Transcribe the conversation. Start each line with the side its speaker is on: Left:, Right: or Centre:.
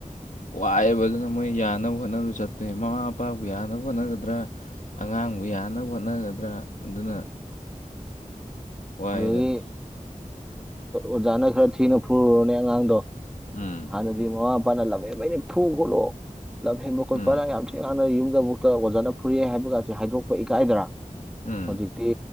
Left: ꯋꯥꯏꯑꯕ ꯑꯗꯨꯅ ꯃꯣꯏ ꯌꯥꯅꯕ ꯍꯣꯠꯅꯕ ꯆꯠꯇꯅꯤ ꯃꯃꯥ ꯃꯄꯥꯕꯨ ꯌꯥꯅꯕ ꯍꯣꯠꯅꯒꯗ꯭ꯔꯥ ꯑꯉꯥꯡꯕꯨ ꯌꯥꯅꯕ ꯍꯣꯠꯅꯒꯗ꯭ꯔꯥ ꯑꯗꯨꯅ ꯋꯥꯏꯗꯅ
Centre: ꯑꯗꯒꯤ ꯑꯣꯖꯥꯅ ꯈꯔ ꯊꯤꯅ ꯐꯨꯔꯨꯔꯅꯦ ꯑꯉꯥꯡꯗꯣ
Left: ꯑꯥ
Centre: ꯍꯥꯟꯅꯗꯤ ꯃꯃꯥ ꯃꯄꯥꯅ ꯂꯍꯕ ꯑꯩꯅ ꯐꯨ ꯈꯣꯠꯂꯣ ꯂ ꯍꯦꯟꯕ ꯈꯈꯠ
Left: ꯎꯝ
Centre: ꯄꯔꯥꯡ ꯌꯥꯝ ꯁꯤ ꯍꯥꯟꯅ ꯌꯨꯝꯗ ꯑꯃꯨꯛꯇ ꯑꯣꯖꯥꯅ ꯐꯨꯔꯛꯑꯦ ꯍꯥꯏꯕꯒꯁꯤꯦ ꯍꯥꯏꯗꯣꯛꯄ ꯏꯀꯥꯏꯗꯔꯥ
Left: ꯎꯝ
Centre: ꯍꯧꯖꯤꯛꯇꯤ